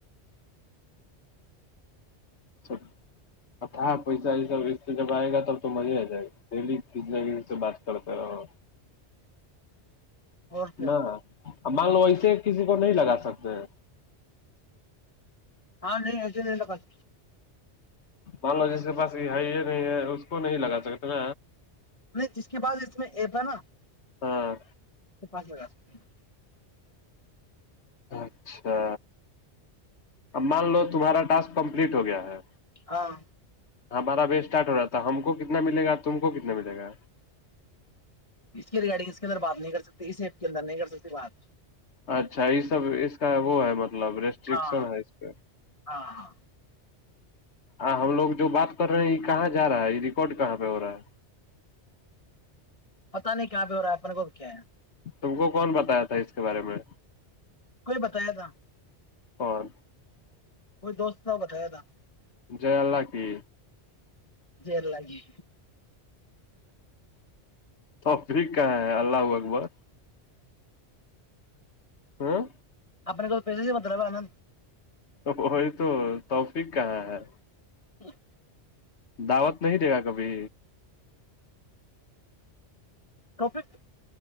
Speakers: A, on the left; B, on the left.
A: سب اچھ پیسہ یہ سب اس سے جب آئے گا تب تو مزے آ جائے گا ڈیلی ک سے بات کرتے رہو
B: اور روپیہ
A: <unintelligible> ا مان لو ایسے کسی کو نہیں لگا سکتے ہیں
B: ہاں نہیں ای ل لو بس
A: مان لو جس کے پاس یہ ہے یہ نہیں ہے اس کو نہیں لگا سکتے ن
B: نہیں ج کے بعس اس میں ایپ ہے نا
A: ہاں
B: پانچ ہزار ا
A: اچھا اب مان لو تمہارا ٹاسک کمپلیٹ ہو گیا ہے
B: ہاں
A: ہمارا وی اسٹارٹ ہو رہا تھا ہم کو کتنا ملے گا تم کو کتنا ملے گا
B: اس کے ریگارڈنگ اس کے اندر بات نہیں کر سکتے اس ایفٹ کے انر نہیں کر سکتے بات
A: اچھا یہ سب اس کا وہ ہے مطلب ریسٹرکشن
B: ہاں
A: ہے اس پہ
B: ہاں ہاں
A: ہم لوگ جو بات کر رہے ہیں یہ کہاں جا رہا ہے یہ ریکارڈ کہاں پہ ہو رہا ہے
B: پتا نہیں کہاں پہ ہو رہا ہے اپنے کوب کیا ہے
A: تم کو کون بتایا تھا اس کے بارے میں
B: کوئی بتایا تھا
A: کون
B: کوئی دوست صاح بتایا تھا
A: جے اللہ کی
B: جر لگی
A: تو پھر کہ ہے ال اکبر ہوں
B: اپنے کول پیسے سے مطلب آناند
A: تو وہی تو توفق کہاں ہے
B: <inaudible>
A: دعوت نہیں دے گا کبھی
B: ٹفک